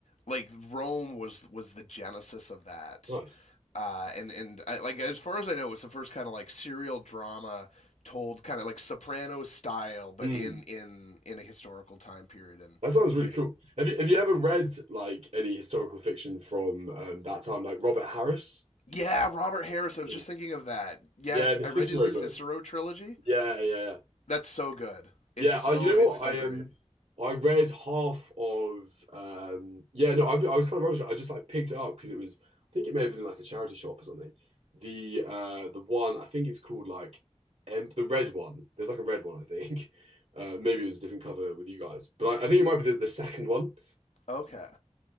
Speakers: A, on the left; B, on the right.
A: like Rome was was the genesis of that
B: Nice.
A: uh, and and I, like as far as I know, it's the first kind of like serial drama told kind of like Sopranos style, but
B: mm.
A: in in in a historical time period. And
B: That sounds really
A: yeah,
B: cool. Have you have you
A: yeah,
B: ever read like any historical fiction from um, that time, like Robert Harris?
A: yeah. Robert Harris. I was
B: Yeah.
A: just thinking of that. Yeah,
B: Yeah,
A: he,
B: the
A: I
B: Cicero
A: read his Cicero
B: book.
A: trilogy.
B: Yeah, yeah, yeah.
A: That's so good.
B: Yeah,
A: It's so
B: I, you know
A: it's
B: what?
A: so
B: I
A: great.
B: um I read half of um yeah, no, I, I was kind of rubbish. at it. I just like picked it up because it was I think it may have been in, like a charity shop or something. The uh the one I think it's called like um, the red one. There's like a red one, I think. <laughs> Uh maybe it was a different cover with you guys. But I, I think it might be the, the second one.
A: Okay.